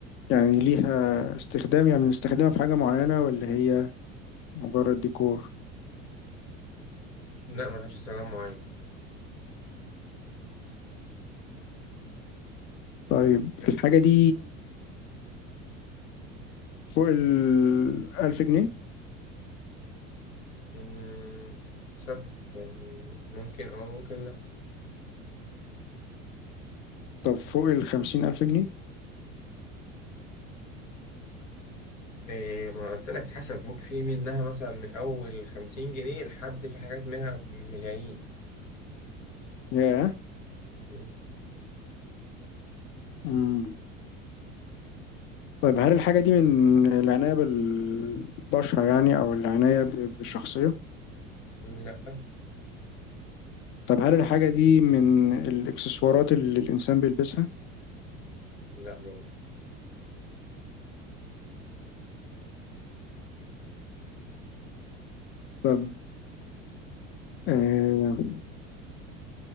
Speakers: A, on the left; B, on the left.
A: يعني ليها استخدام يعني بنستخدمها في حاجة معينة ولا هي مجرد ديكور
B: لا ملهاش استخدام معين
A: طيب الحاجة دي فوق ال 1000 جنيه
B: مم، حسب يعني ممكن اه ممكن لا
A: طب فوق ال 50000 جنيه
B: إيه ما قلت لك حسب ممكن في منها مثلا من اول خمسين جنيه لحد في حاجات منها بملايين
A: ياه
B: مم،
A: مم. طيب هل الحاجة دي من العناية بالبشرة يعني أو العناية ب- بالشخصية
B: لا
A: طب هل الحاجة دي من الإكسسوارات اللي الإنسان بيلبسها
B: لا برضه
A: طب آه